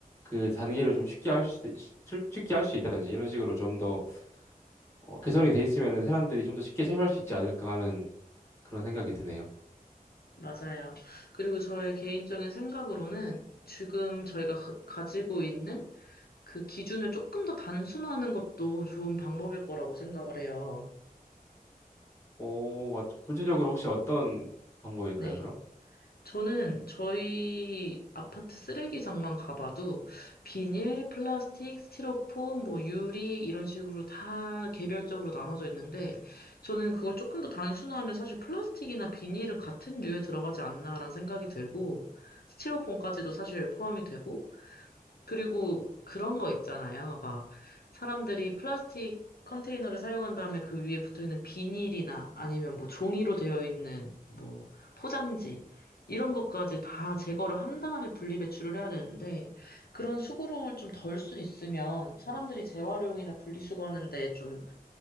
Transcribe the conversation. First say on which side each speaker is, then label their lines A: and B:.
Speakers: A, on the left (about 15°); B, on the left (about 80°).
A: 그 단계를 좀 쉽게 할 수 쉽게 할 수 있다든지 이런 식으로 좀더 어, 개선이 돼 있으면은 사람들이 좀 더 쉽게 참여할 수 있지 않을까 하는 그런 생각이 드네요.
B: 맞아요. 그리고 저의 개인적인 생각으로는 지금 저희가 가- 가지고 있는 그 기준을 조금 더 단순화하는 것도 좋은 방법일 거라고 생각을 해요.
A: 오, 맞. 구체적으로 혹시 어떤 방법일까요,
B: 네.
A: 그럼?
B: 저는 저희 아파트 쓰레기장만 가봐도 비닐, 플라스틱, 스티로폼, 뭐 유리 이런 식으로 다 개별적으로 나눠져 있는데 저는 그걸 조금 더 단순화하면 사실 플라스틱이나 비닐은 같은 류에 들어가지 않나라는 생각이 들고 스티로폼까지도 사실 포함이 되고 그리고 그런 거 있잖아요. 막 사람들이 플라스틱 컨테이너를 사용한 다음에 그 위에 붙어 있는 비닐이나 아니면 뭐 종이로 되어 있는 뭐 포장지 이런 것까지 다 제거를 한 다음에 분리배출을 해야 되는데 그런 수고로움을 좀 덜 수 있으면 사람들이 재활용이나 분리수거하는데 좀